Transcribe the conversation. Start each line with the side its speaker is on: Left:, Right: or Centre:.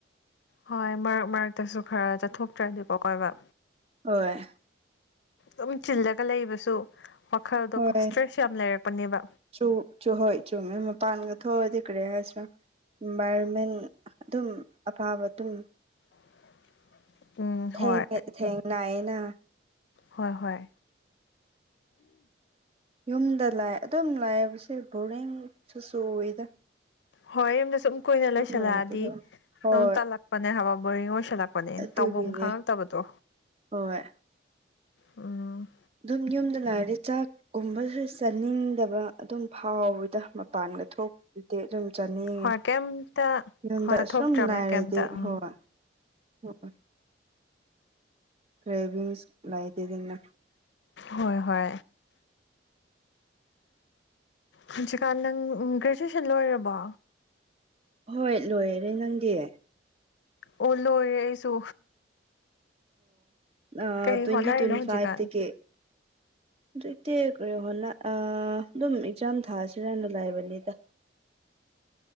Left: ꯍꯣꯏ ꯃꯔꯛ ꯃꯔꯛꯇꯁꯨ ꯈꯔ ꯆꯠꯊꯣꯛꯇ꯭ꯔꯗꯤꯀꯣ ꯀꯣꯏꯕ
Right: ꯍꯣꯏ
Left: ꯑꯗꯨꯝ ꯆꯤꯜꯂꯒ ꯂꯩꯕꯁꯨ ꯋꯥꯈꯜꯗꯣꯣ
Right: ꯍꯣꯏ
Left: ꯏꯁꯇ꯭ꯔꯦꯁ ꯌꯥꯝ ꯂꯩꯔꯛꯄꯅꯦꯕ
Right: ꯆꯨ ꯆ ꯍꯣꯏ ꯆꯨ ꯃ ꯃ ꯄꯥꯟꯒ ꯊꯣꯛꯣ ꯊꯔ ꯍꯥꯏꯁ ꯏꯟꯚꯥꯏꯔꯣꯟꯃꯦꯟ ꯑꯗꯨꯝ ꯑꯐꯕ ꯑꯗꯨꯝ
Left: <unintelligible>
Right: ꯊꯦꯡ
Left: ꯍꯣꯏ
Right: ꯊꯦꯡꯅꯥꯏꯅ
Left: ꯍꯣꯏ ꯍꯣꯏ
Right: ꯌꯨꯝꯗ ꯂꯥꯛꯑ ꯑꯗꯨꯝ ꯂꯥꯛꯑꯦꯕꯁ ꯕꯣꯔꯤꯡꯁꯨꯁꯨ ꯎꯏꯗ
Left: ꯍꯣꯏ ꯌꯨꯝꯗ ꯁꯨꯝ ꯀꯨꯏꯅ ꯂꯣꯏꯁꯜꯂꯛꯑꯗꯤ
Right: ꯂꯩꯔꯗꯤꯀꯣ ꯍꯣꯏ
Left: ꯑꯗꯨꯝ ꯇꯜꯂꯛꯄꯅꯦ ꯍꯥꯏꯕ ꯕꯣꯔꯤꯡ ꯑꯣꯏꯁꯜꯂꯛꯄꯅꯦ
Right: ꯑꯗꯨꯒꯤꯅꯦ
Left: ꯇꯧꯐꯝ ꯈꯪꯉꯛꯇꯕꯗꯣ
Right: ꯍꯣꯏ
Left: ꯎꯝ
Right: ꯑꯗꯨꯝ ꯌꯨꯝꯗ ꯅꯥꯔꯦ ꯆꯥꯛ ꯒꯨꯝꯕꯗꯨꯗ ꯆꯥꯅꯤꯡꯗꯕ ꯑꯗꯨꯝ ꯐꯥꯎꯋꯗ ꯃꯄꯥꯟꯒ ꯊꯣꯛ ꯑꯗꯨꯗꯤ ꯑꯗꯨꯝ ꯆꯠꯅꯤꯡꯉꯦ
Left: ꯍꯣꯏ ꯀꯩꯝꯇ
Right: ꯌꯨꯝꯗ
Left: ꯍꯣꯏ ꯆꯠꯊꯣꯛꯇ꯭ꯔꯕꯅꯤꯅ
Right: ꯑꯁꯨꯝ ꯂꯥꯏꯔꯗꯤ
Left: ꯀꯩꯝꯇ ꯎꯝ
Right: ꯍꯣꯏꯣꯏ ꯑꯣꯣꯏꯣꯏ ꯒ꯭ꯔꯦꯚꯁ ꯂꯥꯛꯇꯗꯅ
Left: ꯍꯣꯏ ꯍꯣꯏ ꯍꯧꯖꯤꯀꯥꯟ ꯅꯪ ꯒ꯭ꯔꯦꯖꯨꯑꯦꯁꯟ ꯂꯣꯏꯔꯕꯣ
Right: ꯍꯣꯏ ꯂꯣꯏꯔꯔꯦ ꯅꯪꯗꯤ
Left: ꯑꯣ ꯂꯣꯏꯔꯦ ꯑꯩꯁꯨ
Right: ꯑꯣ
Left: ꯀꯩ
Right: ꯇ꯭ꯋꯦꯟꯇꯤ
Left: ꯍꯣꯠꯅꯔꯤꯅꯣ
Right: ꯇ꯭ꯋꯦꯟꯇ
Left: ꯍꯧꯖꯤꯛꯀꯥꯟ
Right: ꯐꯥꯏꯚ ꯇꯀ ꯑꯗꯨꯇꯦ ꯀꯦꯣ ꯍꯣꯅ ꯑꯗꯨꯝ ꯑꯦꯛꯖꯥꯝ ꯊꯥꯁꯤꯔꯅ ꯂꯑꯕꯅꯤꯗ